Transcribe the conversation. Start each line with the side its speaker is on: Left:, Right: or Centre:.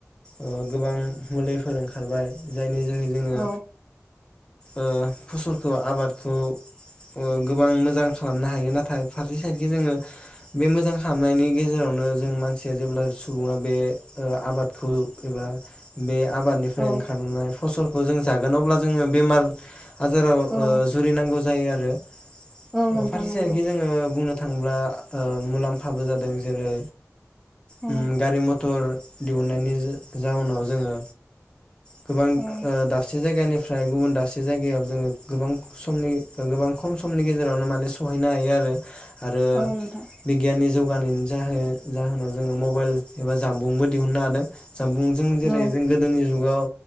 Left: ओ गोबां मुलिफोर ओंखारबाय जायनि जोहै जोङो
Centre: औ
Left: ओ फसलखौ आबादखौ ओ गोबां मोजां खालामनो हायो नाथाय फारसे- थिं जोङो बे मोजां खालामनायनि गेजेरावनो जों मानसिया जेब्ला सुबुङा बे ओ आबादखौ एबा बे आबादनिफ्राय
Centre: औ
Left: ओंखारनाय फलखौ जों जागोन अब्ला जोङो बेमार आजाराव ओ
Centre: औ
Left: जुरिनांगौ जायो आरो
Centre: औ नोंथां
Left: ओ फारसे
Centre: नंगौ
Left: सायेदखि जोङो बुंनो थांब्ला ओ मुलामफाबो जादों जेरै ओम
Centre: औ
Left: गारि मथर दिहुननायनि ज जाउनाव जोङो गोबां
Centre: औ
Left: ओ दाबसे जायगानि फ्राय गुबुन दाबसे जायगायाव जोङो गोबां समनि ओ गोबां खम समनि गेजेरावनो माने सहैनो हायो आरो आरो
Centre: औ नोंथां
Left: बिगियाननि जौगानायनि जाहो जाहोनाव जोङो मबाइल एबा जानबुंबो दिहुननो हादों। जानबुंजों जेरै
Centre: औ
Left: जों गोदोनि जुगाव